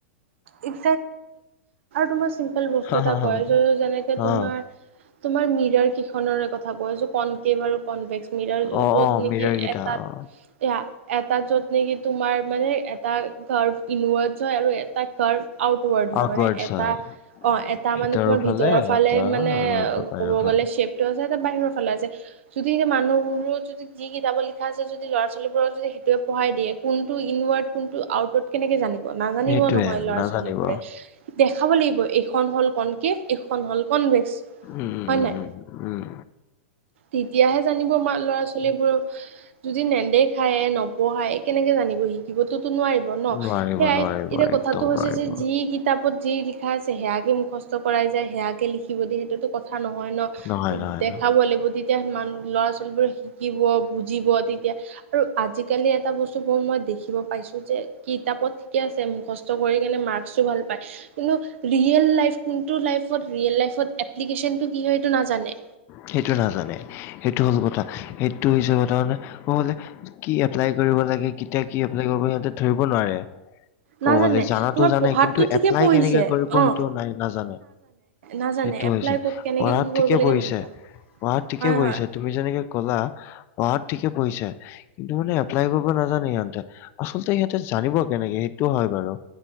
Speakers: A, on the right; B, on the left.
A: আৰু তোমাৰ চিম্পল বস্তু
B: হা
A: এটা
B: হা হা
A: কয় যে যেনেকে
B: হা
A: তোমাৰ তোমাৰ মিৰৰ কেইখনৰে কথা কয় যে কনকেভ আৰু কনভেক্স মিৰৰ
B: অ
A: য'ত
B: অ
A: নেকি
B: মিৰৰ কেইটা
A: এটাত
B: অ
A: এয়া এটা য'ত নেকি তোমাৰ মানে এটা গাৰ্ভ ইনৱাৰ্ডচ হয় আৰু এটা কাৰ্ভ আউটৱাৰ্ড হয়
B: আউটৱাৰ্ডছ
A: মানে এটা
B: হয়
A: অ এটা
B: ভিতৰৰ
A: মানে তোমাৰ ভিতৰৰ ফালে
B: এটা
A: মানে
B: আৰু এটা বাহিৰৰ
A: ক'ব
B: ফালে
A: গ'লে চেপ আছে এটা বাহিৰৰ ফালে আছে যদি এতিয়া মানুহবোৰৰ যদি যি কিতাপত লিখা আছে যদি ল'ৰা-ছোৱালীবোৰক যদি সেইটোৱে পঢ়াই দিয়ে, কোনটো ইনৱাৰ্ড কোনটো আউটৱাৰ্ড কেনেকে জানিব, নাজানিব
B: সেইটোৱে
A: নহয় ল'ৰা
B: নাজানিব
A: ছোৱালীবোৰে দেখাব লাগিব এইখন হ'ল কনকেভ, এইখন হল কনভেক্স।
B: ওম
A: হয়
B: ওম
A: নাই
B: ওম, ওম
A: তেতিয়াহে জানিব ম ল'ৰা-ছোৱালীবোৰক যদি নেদেখায়ে, নপঢ়ায় কেনেকে জানিব শিকিবতো'তো নোৱাৰিব ন
B: নোৱাৰিব
A: সেয়াই
B: নোৱাৰিব
A: এতিয়া কথা
B: একদম নোৱাৰিব
A: কিতাপত যি লিখা আছে সেয়াকে মুখস্থ কৰাই যায় সেয়াকে লিখি শিব দ সেইটোতো কথা নহয় ন,
B: নহয় নহয়
A: দেখাব
B: ন
A: লাগিব তেতিয়া মান ল'ৰা-ছোৱালীবোৰে শিকিব, বুজিব তেতিয়া আৰু আজি-কালি এটা বস্তু বোৰ মই দেখিব পাইছো যে কিতাপত ঠিকে আছে মুখ- স্থ কৰি কিনে মাৰ্কছটো ভাল পায় কিন্তু ৰিয়েল লাইফ কোনটো লাইত ৰিয়েল লাইফত এপ্লিকেচন টো কি হয় এইটো নাজানে
B: সেইটো নাজানে সেইটো হ'ল কথা সেইটো হৈছে কথা মানে কব গ'লে কি এপ্লাই কৰিব লাগে, কেতিয়া কি এপ্লাই কৰিব লাগে সিহঁতে ধৰিব নোৱাৰে। কব
A: নাজানে
B: গ'লে জানাতো
A: তোমাৰ
B: জানে
A: পঢ়াতটো
B: কিন্তু
A: ঠিকে
B: এপ্লাই
A: পঢ়িছে
B: কেনেকে কৰিব
A: অ
B: সেইটো নাই নাজানে
A: নাজানে
B: সেইটো
A: এপ্লাই
B: হৈছে।
A: ক'ত কেনেকে
B: পঢ়াত
A: কি কৰিব
B: ঠিকে
A: লাগে
B: পঢ়িছে
A: নাজানে
B: পঢ়াত ঠিকে
A: হয়
B: পঢ়িছে
A: হয়
B: তুমি যেনেকে ক'লা পঢ়াত ঠিকে পঢ়িছে কিন্তু মানে এপ্লাই কৰিব নাজানে সিহঁতে আচলতে সিহঁতে জানিব কেনেকে সেইটো হয় বাৰু